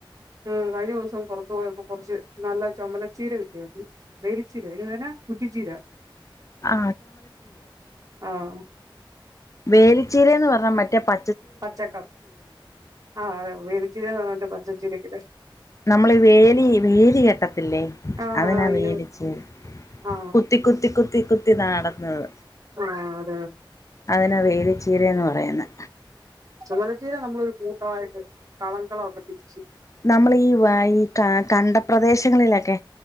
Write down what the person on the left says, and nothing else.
ആ
വേലിച്ചീരേന്ന് പറഞ്ഞ മറ്റേ പ
നമ്മള് വേലീ വേലി കെട്ടത്തില്ലേ?
അതിനാ
വേലിച്ചീര.
കുത്തി കുത്തി കുത്തി കുത് ത്തി നട്ന്നത്
അതിനാ വേലിച്ചീരേന്ന് പറയ്ന്നേ
നമ്മള് ഈ വൈ ക കണ്ട പ്രദേശങ്ങളിലക്കെ